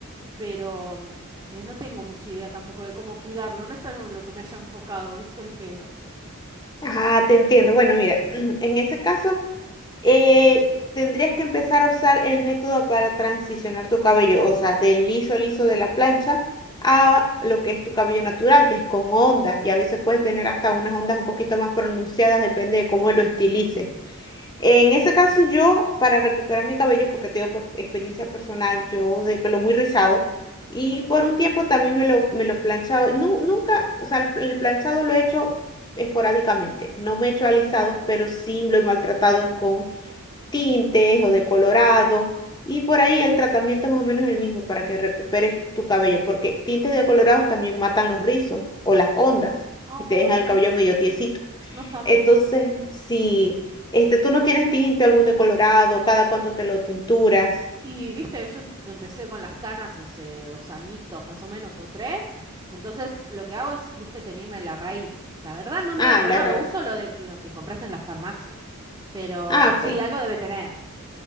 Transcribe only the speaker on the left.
Ah, te entiendo. Bueno, mira, <clears throat> en ese caso, eh, tendrías que empezar a usar el método para transicionar tu cabello, o sea, del liso liso de la plancha a lo que es tu cabello natural, que es con ondas, y a veces puedes tener hasta unas ondas un poquito más pronunciadas, depende de cómo lo estilices. En ese caso, yo, para recuperar mi cabello, porque tengo por experiencia personal, yo de pelo muy rizado, y por un tiempo también me lo, me lo planchado. Nu- nunca, o sea, el el planchado lo he hecho esporádicamente. No me he hecho alisados, pero sí lo he maltratado con tintes o decolorados. Y por ahí el tratamiento es más o menos el mismo para que recuperes tu cabello, porque tintes y decolorados también matan los rizos o las ondas
y te dejan
el cabello medio tiesito.
Entonces, si este, tú no tienes tinte algún decolorado, cada cuánto te lo tinturas.
Ah,
la raíz.
Ah, ok.